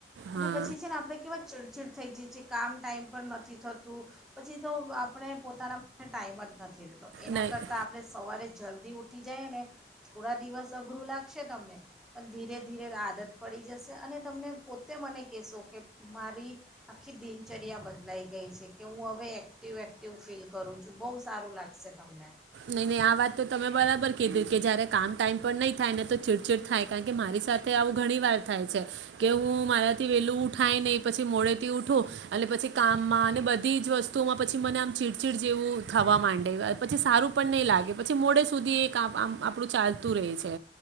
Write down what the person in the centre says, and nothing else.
અને પછી છે ને આપે કેવા ચીડ થઈ જાય છે, કામ ટાઈમ પર નથી થતું પછી તો આપણે પોતાના માટે ટાઈમ જ નથી રહેેતો એના
કરતાં આપણે સવારે જ જલ્દી ઊઠી જઈએને થોડા દિવસ અઘરું લાગશે તમને પણ ધીરે ધીરે આદત પડી જશે અને તમને પોતે મને કહેશો કે મારી આખી દિનચર્યા બદલાઈ ગઈ છે કે હું હવે એક્ટિવ એક્ટિવ ફીલ કરું છું બહુ સારું લાગશે તમને